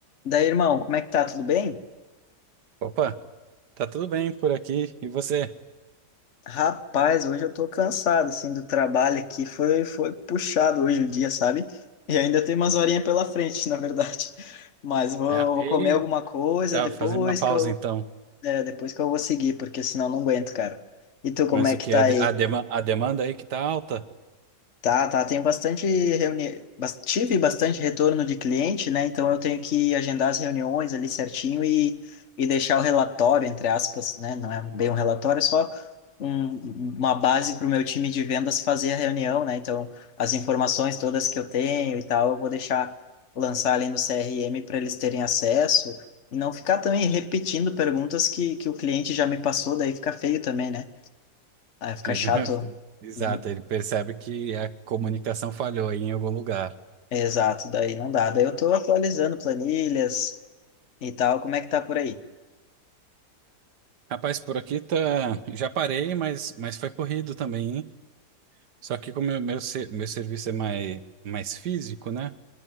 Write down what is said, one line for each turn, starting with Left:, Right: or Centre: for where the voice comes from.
Left: Daí, irmão, como é que tá? Tudo bem?
Right: Opa, tá tudo bem por aqui e você?
Left: Rapaz, hoje eu tô cansado, assim, do trabalho aqui. Foi, foi puxado hoje o dia, sabe? E ainda tem umas horinhas pela frente, <laughs> na verdade. Mas vou,
Right: Ah,
Left: vou
Right: e
Left: comer alguma coisa
Right: tá
Left: depois
Right: fazendo uma pausa
Left: que eu,
Right: então.
Left: é, depois que eu vou seguir, porque senão não aguento, cara. E tu, como
Right: Mas
Left: é
Right: o
Left: que
Right: que
Left: tá
Right: a,
Left: aí?
Right: de- a, dema- a demanda aí que tá alta?
Left: Tá, tá. Tenho bastante reuni... bas- tive bastante retorno de cliente, né? Então eu tenho que agendar as reuniões ali certinho e, e deixar o relatório, entre aspas, né? Não é bem um relatório, é só um, uma base para o meu time de vendas fazer a reunião, né? Então as informações todas que eu tenho e tal, eu vou deixar lançar ali no CRM para eles terem acesso e não ficar também repetindo perguntas que, que o cliente já me passou, daí fica feio também, né? Aí fica
Right: Fica-
Left: chato
Right: <laughs> Exato,
Left: né?
Right: ele percebe que a comunicação falhou aí em algum lugar.
Left: Exato, daí não dá. Daí eu tô atualizando planilhas e tal. Como é que tá por aí?
Right: Rapaz, por aqui tá, já parei, mas, mas foi corrido também, hein? Só que como meu, meu, ser- meu serviço é mais, mais físico, né?